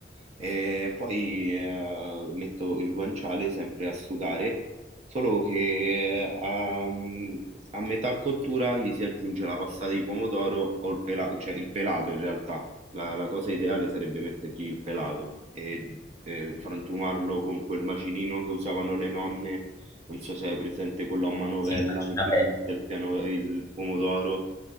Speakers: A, on the right; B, on the left.
A: E poi eh, metto il guanciale sempre a sudare, solo che ehm, a, metà cottura gli si aggiunge la passata di pomodoro o il pelato, cioè il pelato in realtà. La, la cosa ideale sarebbe mettergli il pelato e, e frantumarlo con quel macinino che usavano le nonne non so se hai presente quello a manovella
B: Sì, immagina
A: in cui
B: bene.
A: si mette il, piano, il pomodoro.